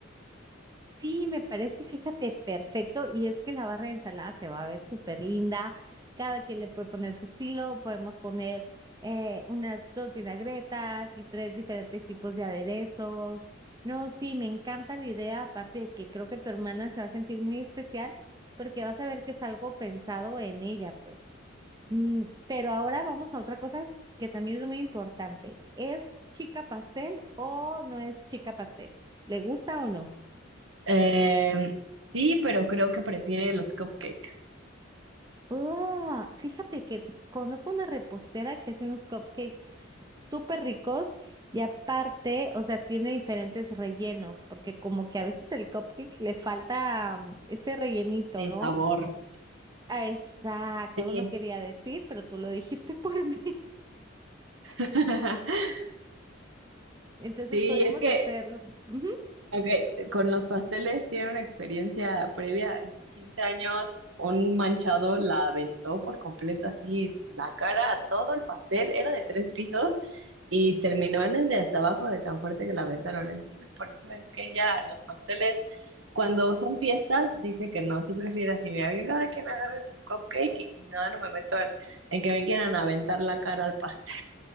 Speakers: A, on the right; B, on the right.
A: Sí, me parece, fíjate, perfecto. Y es que la barra de ensalada se va a ver súper linda. Cada quien le puede poner su estilo. Podemos poner eh, unas dos vinagretas y tres diferentes tipos de aderezos. No, sí, me encanta la idea. Aparte de que creo que tu hermana se va a sentir muy especial porque vas a ver que es algo pensado en ella, pues. Mm, pero ahora vamos a otra cosa que también es muy importante. ¿Es chica pastel o no es chica pastel? ¿Le gusta o no?
B: Em, sí, pero creo que prefiere los cupcakes.
A: Ah, fíjate que conozco una repostera que hace unos cupcakes súper ricos y aparte, o sea, tiene diferentes rellenos, porque como que a veces el cupcake le falta mm, ese rellenito,
B: Sí,
A: ¿no?
B: sabor.
A: Ah, Exacto,
B: Sí.
A: no lo quería decir, pero tú lo dijiste por <laughs> mí.
B: <laughs>
A: Entonces
B: Sí,
A: podremos
B: es que
A: hacerlo. Ujú.
B: Ok, con los pasteles tiene una experiencia previa. En sus 15 años, un manchado la aventó por completo así, la cara a todo el pastel. Era de tres pisos y terminó en el de hasta abajo de tan fuerte que la aventaron. Entonces, por eso es que ella, los pasteles, cuando son fiestas, dice que no, sí prefiere así. Mira, que cada quien agarre su cupcake y no, no me meto en, en que me quieran aventar la cara al pastel.